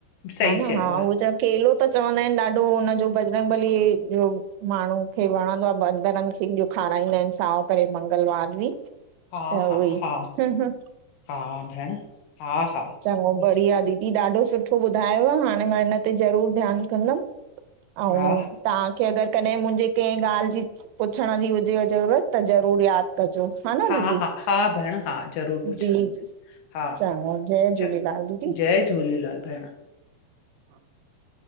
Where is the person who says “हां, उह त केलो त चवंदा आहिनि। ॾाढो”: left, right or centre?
Right